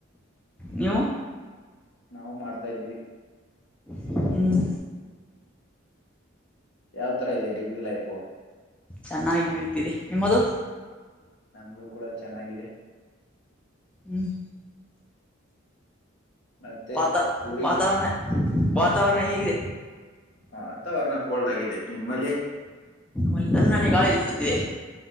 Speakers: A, in the centre; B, on the left.
A: ನೀವು
B: ನಾವು ಮಾಡ್ತಾ ಇದೀವಿ.
A: ಹ್ಮ್
B: ಯಾವ್ ತರಾ ಇದೆ ಡಿಗ್ರಿ ಲೈಫು
A: ಚೆನ್ನಾಗಿ ನಡೀತಿದೆ ನಿಮ್ಮದು
B: ನಮ್ದು ಕೂಡ ಚೆನ್ನಾಗಿದೆ
A: ಹ್ಮ್
B: ಮತ್ತೆ
A: ವಾತ
B: ಊರಿಗೆ
A: ವಾತಾವರಣ ವಾತಾವರಣ ಹೇಗಿದೆ
B: ಹ ವಾತಾವರಣ ಕೋಲ್ಡ್ ಆಗಿದೆ ನಿಮ್ಮಲ್ಲಿ
A: ಆಲ್ಲಿ ತಣನೇ ಗಾಳಿಬಿಸುತ್ತಿದೆ